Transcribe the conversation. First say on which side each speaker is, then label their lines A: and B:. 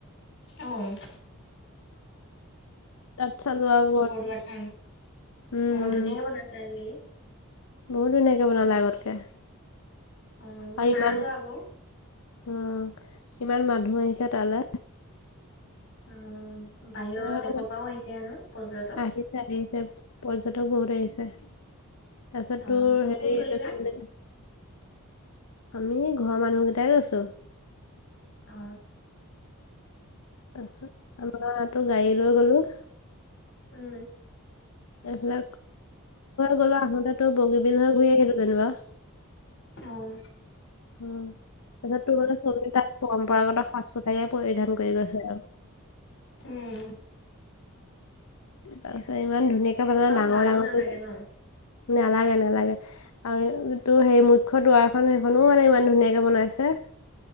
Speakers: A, on the left (about 55°); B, on the left (about 75°).
A: উম,
B: তাত চালো আৰু
A: বৰদোৱা থান অ
B: উম উম
A: ধুনীয়াকে বনাইছে আজিকালি।
B: বহুত ধুনীয়াকে বনালে আগতকে।
A: অ মই
B: আৰু
A: নাই
B: ইমান
A: যোৱা আকৌ।
B: অ কিমান মানুহ আহিছে তালে।
A: উম বাহিৰৰ
B: তালে
A: দেশৰ পৰাও আহিছে হেনো পৰ্যটক,
B: আহিছে আহিছে পৰ্যটক বহুত আহিছে। তাৰপিছত
A: অ'
B: তোৰ
A: কোন
B: হেৰি
A: কোন গ'লি
B: এইটো
A: বা?
B: কি বুলি কয়। আমি ঘৰৰ মানুহ কেইটাই গৈছো।
A: অ,
B: তাৰপিছত আমাৰ তো গাড়ী লৈ গলো।
A: উম
B: এইবিলাক গলো আহোতে টো বগীবল হৈ ঘূৰি আহিলো যেনিবা।
A: উম,
B: উম, তাৰপিছত তোৰহলে চবেই তাত পৰম্পৰাগত সাজ পোচাকে পৰিধান কৰি গৈছে আৰু
A: উম
B: তাৰ পিছত ইমান ধুনীয়াকে পালে
A: আৰু
B: ডাঙৰ
A: ভালো
B: ডাঙৰো
A: নালাগে ন?
B: নালাগে নালাগে। আৰু তোৰ সেই মুখ্য দুৱাৰখন সেইখনো মানে ইমান ধুনীয়াকে বনাইছে।